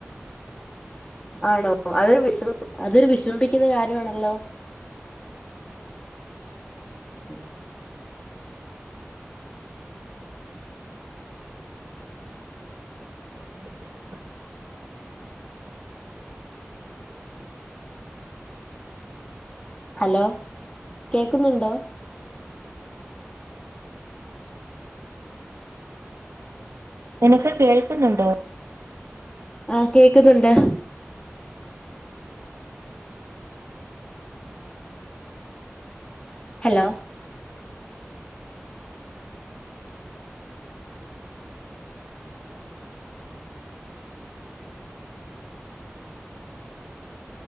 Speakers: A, on the left; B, on the right.
A: ആണോ അതൊരു വിഷ അതൊരു വിഷമിപ്പിക്കുന്ന കാര്യണല്ലോ ഉം
B: <inaudible>
A: ഹലോ കേക്കുന്നുണ്ടോ
B: നിനക്ക് കേൾക്കുന്നുണ്ടോ
A: ആഹ്‌ കേക്കുന്നുണ്ട് ഹലോ